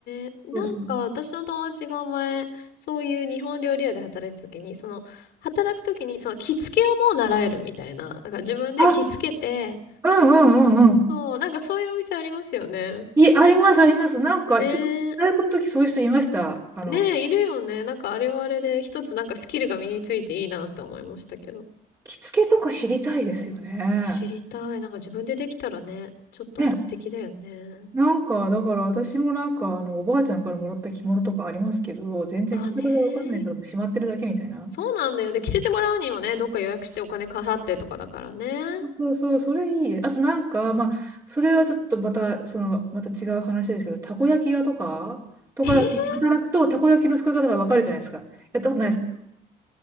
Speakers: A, on the left; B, on the right.
A: ー、なんか私の友達が前、
B: そうそう。
A: そういう日本料理屋で働いた時に、その、働く時に、その着付けをもう習えるみたいな。だから自分で着付けて、
B: あ、うんうんうんうん。
A: そう、なんかそういうお店ありますよね。
B: い、あります、あります。なんか、
A: ねえ。
B: す大学の時そういう人いました。あの、
A: ねえ、いるよね。なんかあれはあれで、一つなんかスキルが身についていいなって思いましたけど。
B: 着付けとか知りたいですよね。
A: 知りたい。なんか自分でできたらね、ちょっと素敵だよね。
B: ねなんか、だから私もなんか、あの、おばあちゃんからもらった着物とかありますけど、全然着方がわかんないからもうしまってるだけみたいな。
A: ああね。そうなんだよ。で、着せてもらうにもね、どっか予約してお金払ってとかだからね。
B: そうそうそう、それいいです。あとなんか、まあ、それはちょっとまた、その、また違う話ですけど、たこ焼き屋とか、とかで働くと、
A: えー、
B: たこ焼きの作り方がわかるじゃないですか。やったことないですけど。